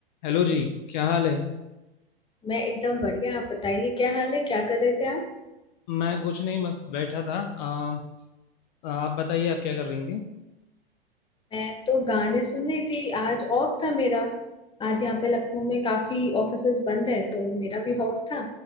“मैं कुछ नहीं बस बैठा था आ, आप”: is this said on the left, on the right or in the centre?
Left